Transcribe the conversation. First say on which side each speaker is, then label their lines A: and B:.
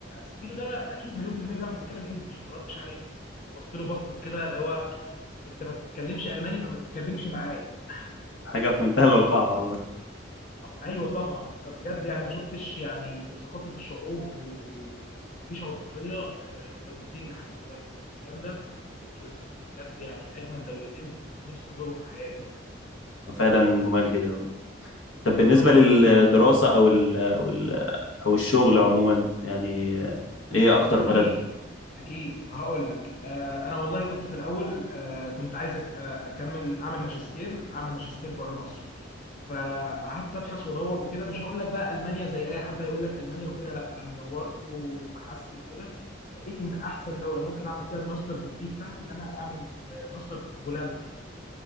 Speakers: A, on the left; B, on the left.
A: زميله ده أكيد مليون في المية بيعرف يتكلم إنجلش ما ردش عليه وبص له بصة كده اللي هو أنت ما بتتكلمش ألماني فما تتكلمش معايا
B: حاجه في منتهى الوقاحه والله
A: أيوه طبعا فبجد يعني ما شفتش يعني في ثقافة الشعوب و- ومفيش عنصرية آه، في دولتين لحد دلوقتي هولندا وسويسرا بجد يعني أجمل دولتين نفسي أزورهم في حياتي بجد
B: فعلا جمال جدا طب بالنسبة
A: اه طبعا
B: للدراسة
A: اه طبعا
B: أو ال أو ال أو الشغل عموما يعني إيه أكتر
A: اكيد
B: بلد
A: اكيد هقول لك آه انا والله كنت في الاول آه كنت عايز أس- آه، اكمل اعمل ماجستير اعمل ماجستير بره مصر فقعدت ابحث وادور وكده مش هقول لك بقى المانيا زي اي حد هيقول لك المانيا وكده لا انا دورت وبحثت وكده لقيت ان احسن دوله ممكن اعمل فيها الماستر ديجري بتاعتي ان انا اعمل آه، ماستر في بولندا